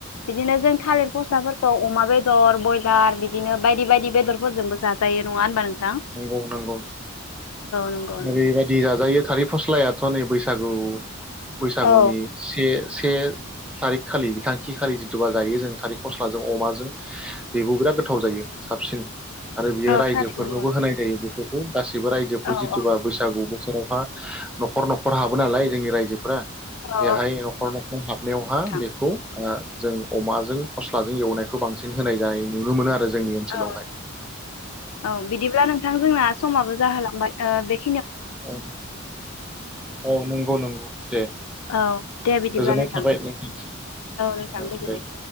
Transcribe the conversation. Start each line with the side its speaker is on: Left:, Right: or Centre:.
Left: बिदिनो जों थालिर गस्लाफोर अमा बेदर ब्यलार बिदिनो बायदि बायदि बेदरफोरजोंबो साजायो नङा होनबा नोंथ
Centre: नंगौ नंगौ
Left: नंगौ
Centre: ओरैबायदि जाजायो थालिर फस्लायाथ' नै बैसागु बैसागुनि
Left: औ
Centre: से से थारिख खालि बिथांखि खालि जिथुबा जायो जों थारिख फस्लाजों अमाजों बेबो बिराद गोथाव जायो साबसिन आरो बियो
Left: औ
Centre: रायजो
Left: थारैनो
Centre: बेफोरखौबो
Left: नंगौ
Centre: होनाय जायो बेफोर गासैबो रायजोफोर
Left: औ
Centre: जिथुबा
Left: औ
Centre: बैसागु सोरेरावहा न'खर न'खर हाबो नालाय जोंनि रायजोफोरा बेहाय
Left: औ
Centre: न'खर न'खर हाबनायावहा
Left: नोंथां
Centre: बेखौ अ जों अमाजों फस्लाजों एवनायखौ बांसिन होनाय जानाय नुनो मोनो आरो जों जोंनि ओनसोलावहाय
Left: औ औ बिदिब्ला नोंथां जोंना समाबो जाहालाङ बे
Centre: औ औ नंगौ नंगौ दे
Left: औ दे बिदिब्ला
Centre: गोजोननाय
Left: नोंथां
Centre: थाबाय नोंथां
Left: नोंथां
Centre: औ
Left: गोजोननाय
Centre: दे
Left: थाबाय।